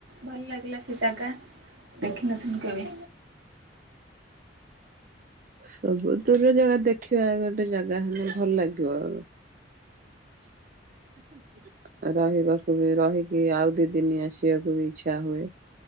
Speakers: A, on the right (about 75°); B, on the right (about 50°).
A: ଭଲ ଲାଗିଲା ସେ ଜାଗା। ଦେଖି ନଥିନୁ କେବେ?
B: <unintelligible> ଜାଗା ଦେଖିବା ଗୋଟେ ଜାଗା ହେନେ ଭଲ ଲାଗିବ । <unintelligible> ରହିବାକୁ ବି ରହିକି ଆଉ ଦି ଦିନ ଆସିବାକୁ ବି ଇଚ୍ଛା ହୁଏ।